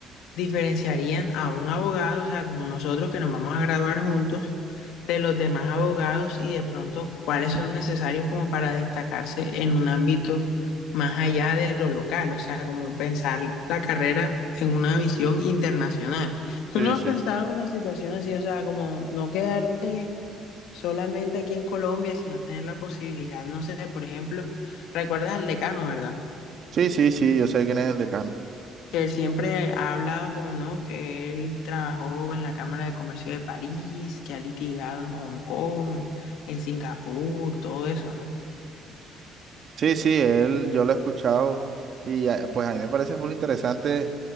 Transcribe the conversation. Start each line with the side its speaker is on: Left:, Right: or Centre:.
Left: diferenciarían a un abogado, o sea, como nosotros que nos vamos a graduar juntos, de los demás abogados y de pronto cuáles son necesarios como para destacarse en un ámbito más allá de lo local, o sea, como pensar la carrera en una visión internacional. ¿Tú
Right: Sí,
Left: no has
Right: sí.
Left: pensado una situación así, o sea, como no quedarte solamente aquí en Colombia, sino tener la posibilidad, no sé, por ejemplo, recuerdas al decano, ¿verdad?
Right: Sí, sí, sí. Yo sé quién es el decano.
Left: que él siempre ha hablado como no, que él trabajó en la Cámara de Comercio de París, que ha litigado en Hong Kong, en Singapur, todo eso, ¿no?
Right: Sí, sí, él, yo lo he escuchado. Y ah, pues a mí me parece full interesante